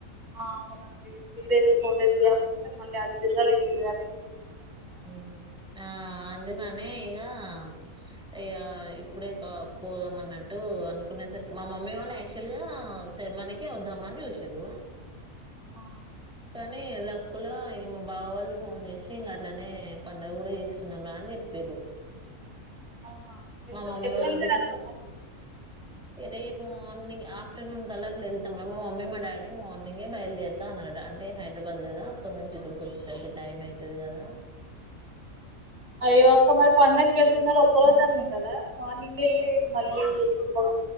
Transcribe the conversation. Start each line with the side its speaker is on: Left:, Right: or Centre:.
Right: ఆ అవునండి. Three days four days gap ఉంటే మళ్ళీ అటు దిరగాల్ ఇటు దిరగాలి.
Centre: ఉహ్ ఆ అందుకనే ఇగా కా ఇగా ఇప్పుడే కా పోదాం అన్నట్టు అనుకునేసరికి మా మమ్మీ వాళ్ళే. యాక్చువల్ గా శర్మానికే వద్దామని చూసిారు
Right: ఆ!
Centre: కానీ లక్కలో ఇంక మా బాబ వాళ్ళు ఫోన్ చేసి ఇంకా ఇట్లానే పండుగ కూడా చేస్తున్నాం్రా అని చెప్పారు
Right: అవునా వెళ్తురు
Centre: మా మమ్మీ
Right: ఎప్పుడు
Centre: వాళ్ళకి
Right: వెళ్తారు
Centre: కూడా
Right: అక్క మరి
Centre: రేపు మార్నింగ్ ఆఫ్ర్ ఆఫటర్ూ కల్లా అట్లా వెళ్తాం మడం మా మమ్మీ మా డాడీ మార్నింగే బయలుదేతా అనట అంటేైదరాబాద్ కదా అక్కడ నుంచి కి వచ్చేసరికి టైమ్ అవుతుది కదా
Right: అయోక మరి పండగకు వెళ్తున్నారు ఒక్క రోజు అన్న ఉండరాా మార్నింగ్ వెళ్ళి మళ్ళీ ఫ